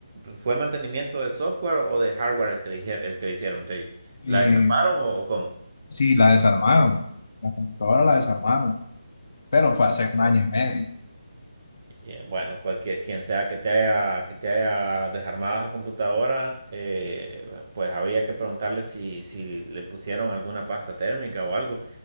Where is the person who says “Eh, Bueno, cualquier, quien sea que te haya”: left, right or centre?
Right